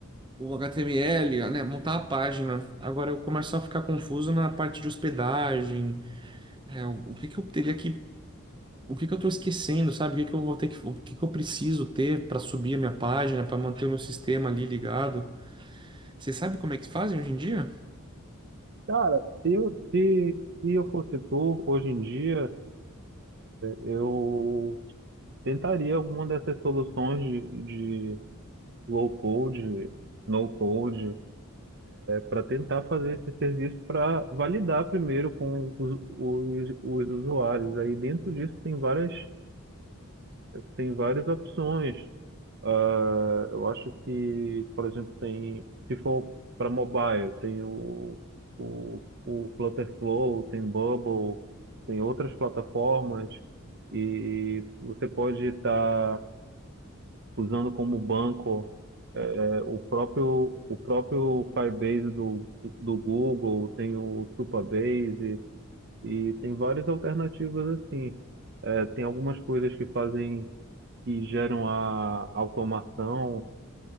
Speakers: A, on the right (about 20°); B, on the right (about 50°).
A: o HTML, né, montar a página. Agora eu começo a ficar confuso na parte de hospedagem, é, o o que que eu teria que, o que que eu estou esquecendo, sabe? O que que eu vou ter que, o que que eu preciso ter para subir a minha página, para manter o meu sistema ali ligado? Você sabe como é que fazem hoje em dia?
B: Cara, se eu, se, se eu fosse tu, hoje em dia, eu tentaria alguma dessas soluções de, de low code, no code, para tentar fazer esse serviço para validar primeiro com os, os, os usuários. Aí dentro disso tem várias. tem várias opções. Ah, eu acho que, por exemplo, tem, se for para mobile, tem o, o, o Flutterflow, tem Bubble, tem outras plataformas e você pode estar usando como banco eh, o próprio o próprio Firebase do, do, do Google, tem o Supabase e tem várias alternativas assim. Eh, tem algumas coisas que fazem que geram a automação